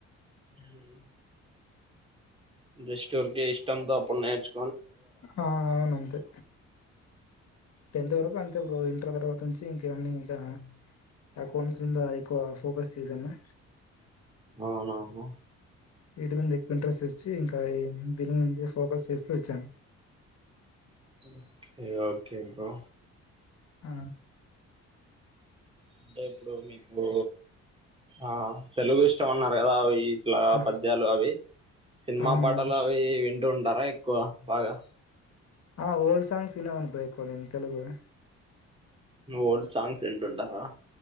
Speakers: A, on the right; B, on the left.
A: ఉహ్మ్ హు జస్ట్ ఊర్కే ఇష్టంతో అప్పుడు నేర్చ్
B: ఆ అవునంతే టెంత్ వరకు అంతే బ్రో తర్వాత నుంచి ఇంకావన్ని ఇంకా అకౌంట్స్ మింద ఎక్కువ ఫోకస్ చేశాను.
A: అవున బ్రో
B: వీటి మీద ఎక్కువ ఇంట్రెస్ట్ వచ్చి. ఇంకా దీని మీద ఫోకస్ చేస్తూ వచ్చాను.
A: ఓకే ఓకే బ్రో
B: ఆ
A: అంటే ఇప్పుడు మీకు ఆ తెలుగు ఇష్టం అన్నారు కదా వి ఇట్లా
B: ఆ
A: పద్యాలు అవి సినిమా
B: అవును
A: పాటలు అవి విం టుంటార ఎక్కువ బాగా
B: ఆ ఓల్డ్ సాంగ్స్ వినేవాని బ్రో ఎక్కువ తెలుగువి
A: ఓల్డ్ సాంగ్స్ వింటుంటారా.